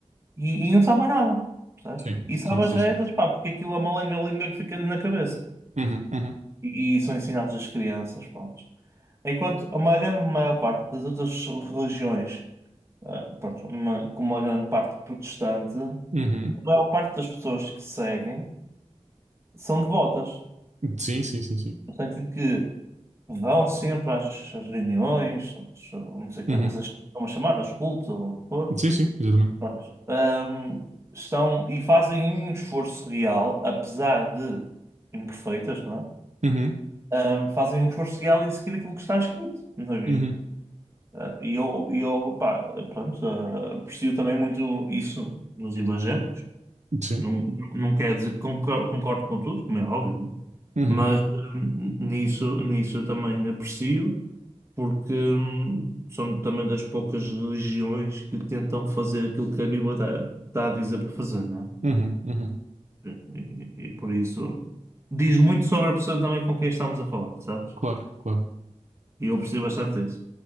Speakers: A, on the right (about 20°); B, on the right (about 70°).
A: e, e não sabe mais nada, sabes?
B: Sim,
A: E sabe
B: sim, sim,
A: as rezas,
B: sim.
A: pá, porque aquilo é uma lenga-linga que fica-lhe na cabeça.
B: Uhum, uhum,
A: E, e são ensinados às crianças, pronto. Enquanto uma grande maior parte das outras religiões, ah, pronto, uma, como uma grande parte protestante, a
B: uhum.
A: maior parte das pessoas que seguem são devotas,
B: Sim, sim, sim, sim.
A: no sentido que Vão sempre às, às reuniões, não sei como
B: Uhum.
A: é que vocês estão a chamar, aos cultos ou o que for.
B: Sim, sim, exatamente.
A: Pronto. Ahm, estão e fazem um esforço real, apesar de imperfeitas, não
B: Uhum,
A: é? Ahm, fazem um esforço real em seguir aquilo que está escrito na Bíblia.
B: uhum.
A: Ah, e eu, e eu, pá, pronto, ah, aprecio também muito isso nos evangélicos.
B: Sim.
A: Não, não quer dizer que concordo, concordo com tudo, como é óbvio, não é?
B: Uhum,
A: Mas ahm, nisso, nisso eu também aprecio. porque hum, são também das poucas religiões que tentam fazer aquilo que a Bíblia está a dizer para fazer, não
B: uhum, uhum.
A: é? E, e por isso diz muito sobre a pessoa também com quem estamos a falar, sabes?
B: Claro, claro.
A: E eu percebo bastante isso.